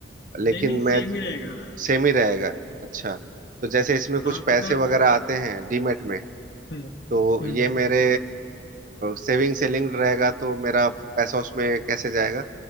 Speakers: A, on the left; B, on the right.
A: नहीं
B: लेकिन
A: नहीं
B: मैं
A: सेम ही रहेगा
B: सेम ही रहेगा अच्छा तो जैसे इसमें कुछ
A: आपका
B: पैसे वगैरह आते हैं डीमेट में
A: हम्म
B: तो
A: हम्म
B: ये मेरे सेविंग से लिंक्ड रहेगा तो मेरा पैसा उसमें कैसे जाएगा